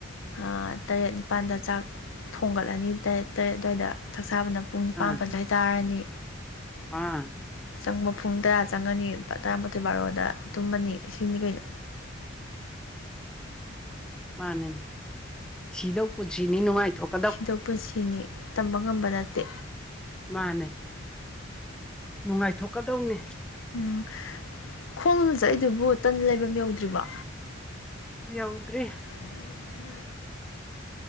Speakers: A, on the left; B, in the centre.
A: ꯑ ꯇꯔꯦꯠ ꯅꯤꯄꯥꯜꯗ ꯆꯥꯛ ꯊꯣꯡꯒꯠꯂꯅꯤ ꯇꯔꯦꯠ ꯇꯔꯦꯠ ꯑꯗꯨꯋꯥꯏꯗ ꯆꯥꯛ ꯆꯥꯕꯅ ꯄꯨꯡ ꯅꯤꯄꯥꯥꯟ
B: ꯑꯥ
A: ꯃꯥꯄꯟ ꯑꯗꯨꯋꯥꯏ ꯆꯥꯔꯅꯤ꯫
B: ꯑꯥ
A: ꯆꯪꯕ ꯄꯨꯡ ꯇꯔꯥ ꯆꯪꯉꯅꯤ ꯇꯔꯥꯃꯥꯊꯣꯏ ꯕꯥꯔꯣꯗ ꯇꯨꯝꯃꯅꯤ ꯁꯤꯅꯤ ꯀꯩꯅꯣ꯫
B: ꯃꯥꯅꯦ ꯁꯤꯗꯧ ꯄꯨꯟꯁꯤꯅꯤ ꯅꯨꯡꯉꯥꯏꯊꯣꯛ
A: ꯁꯤꯗꯧ ꯄꯨꯟꯁꯤꯅꯤ ꯇꯝꯕ ꯉꯝꯕ ꯅꯠꯇꯦ꯫
B: ꯃꯥꯅꯦ꯫ ꯅꯨꯡꯉꯥꯏꯊꯣꯛꯀꯗꯧꯅꯦ꯫
A: ꯎꯝ ꯈꯣꯡꯅ ꯆꯠꯏꯗꯨꯕꯨ ꯇꯟꯅ ꯂꯩꯐꯝ ꯌꯧꯗ꯭ꯔꯤꯕꯣ?
B: ꯌꯥꯎꯗ꯭ꯔꯤ꯫
A: <unintelligible>